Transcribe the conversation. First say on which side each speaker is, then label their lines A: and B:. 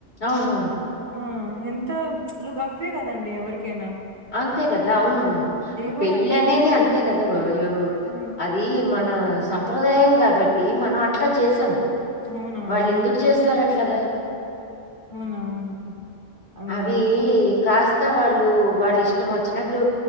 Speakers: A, on the left; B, on the right.
A: ఔనవ్న్
B: ఆ ఎంత చ్ లుకవ్వే గదండి ఎవ్వర్కైన
A: అంతే గదా ఔనవ్ను
B: గూడా
A: పెళ్ళనేది
B: అనిపించట్లేదు.
A: అంతే గద వ్ య్
B: ఆ!
A: అదీ మన్ నా సంప్రదాయం గాబట్టి మనమట్ల చేసమ్
B: అవునవును.
A: వాళ్ళెందుక్ జేస్తరట్లగ
B: ఊనౌవ్ను అన్నము
A: అవి కాస్త వాళ్ళూ వాళ్ళిష్టమొచ్చినట్టు